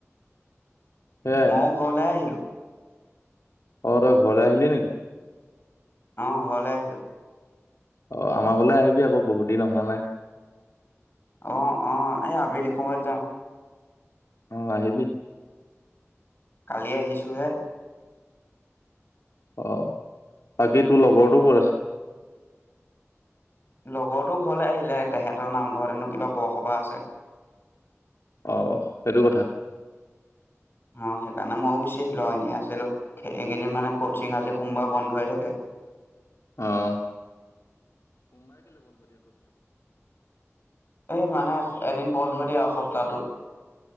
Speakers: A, on the left; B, on the left.
A: সেয়াই
B: মও ঘৰলে আহিলো ।
A: অ তই ঘৰলৈ আহিলি নেকি?
B: অ ঘৰলে আহিলো ।
A: অ আমাৰলৈ আহিবি আকৌ বহুত দিন অহা নাই।
B: অহ-অহ এই আবেলি সময়ত যাম।
A: অ আহিবি।
B: কালি আহিছোঁ হে।
A: আ বাকী তোৰ লগৰৰতটো ক'ত আছে?
B: লগৰটো ঘৰলৈ আহিলে তেহেতৰ নামঘৰত হেনো কিবা বৰসভাহ আছে ।
A: অহ সেইটো কথা।
B: অ সেইকাৰণে ময়ো গুচি আহিলো আৰু এনে আছিলো এইকেইদিন মানে কচিং আজি সোমবাৰ বন্ধ হৈ থাকে।
A: আহ
B: এই মানে এদিন বন্ধ দিয়া সপ্তাহটোত